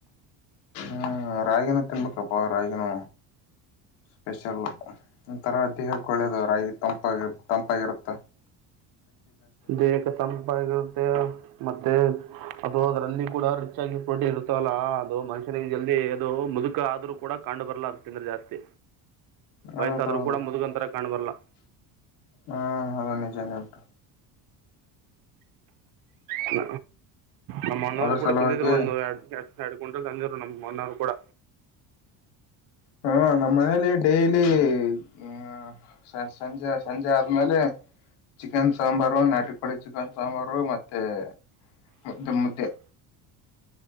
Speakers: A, on the left (about 85°); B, on the right (about 55°).
A: ಹ್ಮ್ ರಾಗಿನೂ ತಿನ್ಬೇಕಪ್ಪಾ ರಾಗಿನುೂ ಸ್ಪೆಷಲ್ ಒಥರ ದೇಹಕ್ಕೆ ಒಳ್ಳೇದು ರಾಗಿ ತಂಪಾಗಿ ತಂಪಾಗಿರುತ್ತ
B: ದೇಹಕ್ಕೆ ತಂಪಾಗಿರುತ್ತೆ ಮತ್ತೆ ಅದು ಅದ್ರಲ್ಲಿ ಕೂಡ ರಿಚ್ ಆಗಿ ಪ್ರೋಟೀನ್ ಇರ್ತಾವಲ್ಲಾ ಅದು ಮನುಷ್ಯನಿಗೆ ಜಲ್ಲಿ ಅದು ಮುದುಕ ಆದ್ರೂ ಕೂಡ ಕಂಡು ಬರ್ಲ್ಲ ಅ ತಂದ್ರೆ ಜಾಸ್ತಿ
A: ಹೌದೌದು
B: ವಯಸ್ಸಾದ್ರೂ ಕೂಡ ಮುದುಗಂಂತರ ಕಾಣ್ಬರ್ಲ್ಲಾ
A: ಹ್ಮ್ ಅದ ನಿಜಾನೇ ಉಂಟು
B: ಇ ನಮ್ಮ ಅನವ್ರು
A: ಅದ್ರ
B: ಕೂಡ
A: ಸಲುವಾಗಿ
B: ತಂದಿದ್ರು ಒಂದು ಎ ಎರಡು ಗ ಕುಂಟಲ್ ತಜರು ನಮ್ಗೆ ಮೊನ್ನವರು ಕೂಡ
A: ಹ್ಮ ನಮ್ಮ ಮನೇಲಿ ಡೈಲಿ ಹ್ಮ ಸಂಜೆ ಸಂಜೆ ಆದ್ಮೇಲೆ ಚಿಕನ್ ಸಾಂಬಾರು ನಾಟ ಕೋಳಿ ಚಿಕನ್ ಸಾಂಬಾರು ಮತ್ತೆ ಇ ಮತ್ತೆ